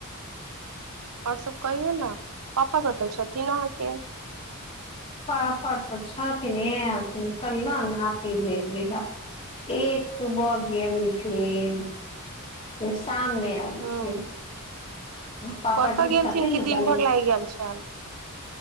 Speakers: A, on the right; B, on the left.
A: आओर सब कहियौ ने पापा कतऽ छथिन अहाँके के
B: पापा तऽ छ <unintelligible> कले नापी भेलै या एक सुबह गेलखिन से शाम मे आबै
A: ह
B: छै पापाजी
A: कतऽ गेलथिन
B: छथिन
A: कि
B: ने
A: दिन
B: तनि
A: भरि लागि गेल छल